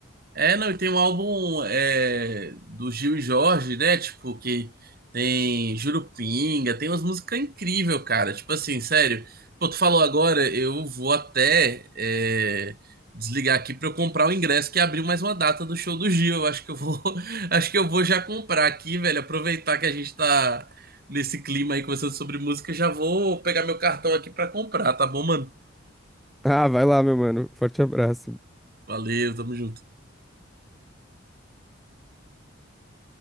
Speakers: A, on the right; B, in the centre.
A: É, não, e tem um álbum é, do Gil e Jorge, né? Tipo, que tem Jurupinga, tem umas músicas incríveis, cara. Tipo assim, sério. Pô, tu falou agora, eu vou até é, desligar aqui pra eu comprar o ingresso que abriu mais uma data do show do Gil. Eu acho que eu vou, <laughs> acho que eu vou já comprar aqui, velho. Aproveitar que a gente tá nesse clima aí conversando sobre música, já vou pegar meu cartão aqui pra comprar, tá bom, mano?
B: Ah, vai lá, meu mano. Forte abraço.
A: Valeu, tamo junto.